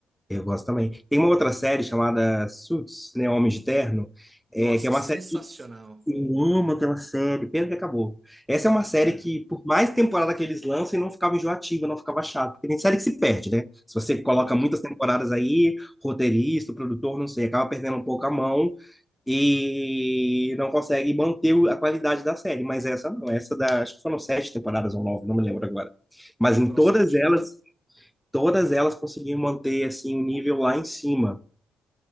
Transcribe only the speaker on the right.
Nossa,
sensacional.
É.
Uhum.
Acho
que foram
sete.